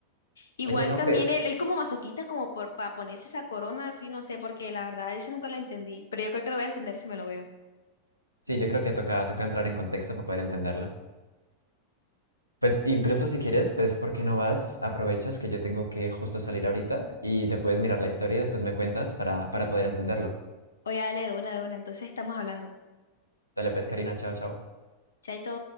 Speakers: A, on the left; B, on the right.
A: igual
B: Oye, no,
A: también
B: pues
A: él, él como masoquista, como por para ponerse esa corona así, no sé, porque la verdad eso nunca lo entendí, pero yo creo que lo voy a entender si me lo veo.
B: sí, yo creo que toca, toca entrar en contexto para poder entenderlo. Pues incluso si quieres, pues ¿por qué no vas? Aprovechas que yo tengo que justo salir ahorita y te puedes mirar la historia y después me cuentas para, para poder entenderlo.
A: Oye, dale de una, de una, entonces estamos hablando.
B: Dale pues, Karina, chao, chao.
A: Chaito.